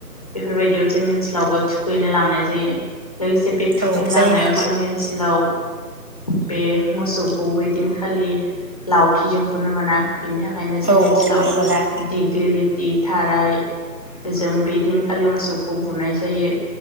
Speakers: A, on the left; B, on the right.
A: बेफोरबायदियाव जोंनि ओनसोलावबो थुखैनो लांनाय जायो। लोगोसे बे थुखैनो
B: औ जायो
A: लांनायाव
B: नोंथां
A: जोंनि ओनसोलाव बे मोसौखौ बै दिन खालि लावथिजों बुनो मोना। बिनि थाखायनो जोंनि
B: औ
A: ओनसोलाव
B: औ बोनो मोना
A: दिग्लिलिथि, थाराय बेजों बे दिनखालि मोसौखौ बुनाय जायो।